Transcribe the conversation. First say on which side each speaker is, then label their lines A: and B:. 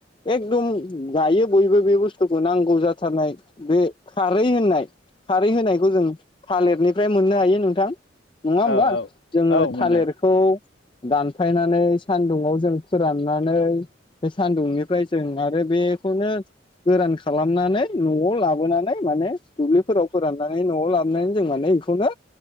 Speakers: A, on the left; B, on the left.
A: एकदम गायो बयबो बे बुस्थुखौ नांगौ जाथारनाय बे खारै होननाय खारै होनायखौ जों थालिरनि ओमफ्राय मोननो हायो नोंथां नङा होमबा
B: औ औ
A: जोङो
B: औ मोननो
A: थालिरखौ
B: हायो
A: दानफायनानै सानदुंआव जों फोराननानै बे सान्दुंनिफ्राय जों आरो बेखौनो गोरान खालामनानै न'आव लाबोनानै माने दुब्लिफोराव फोराननानै न'आव लाबोनानै जों माने बेखौनो